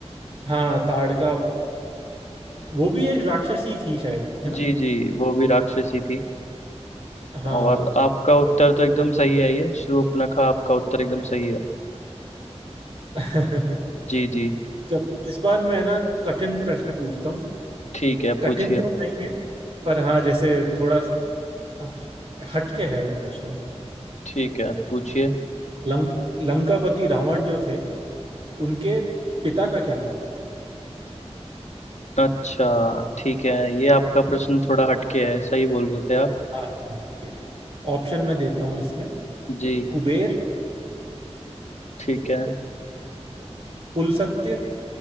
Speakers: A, on the right; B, on the left.
A: हाँ ताड़का वो भी एक राक्षसी थी शायद है ना
B: जी जी वो भी राक्षसी थी
A: हाँ
B: और आपका उत्तर तो एकदम सही है ये शूर्पणखा आपका उत्तर एकदम सही है
A: <laughs>
B: जी जी
A: चलो इस बार मैं ना कठिन प्रश्न पूछता हूँ
B: ठीक है पूछिए
A: कठिन तो नहीं है पर हाँ जैसे थोड़ा आ, हटके है वो प्रश्न
B: ठीक है पूछिए
A: लंक लंकापति रावण जो थे उनके पिता का क्या नाम था
B: अच्छा ठीक है ये आपका प्रश्न थोड़ा हटके है सही बोल रहे थे आप
A: हाँ ऑप्शन मैं देता हूँ इसमें
B: जी
A: कुबेर
B: ठीक है
A: पुलसत्य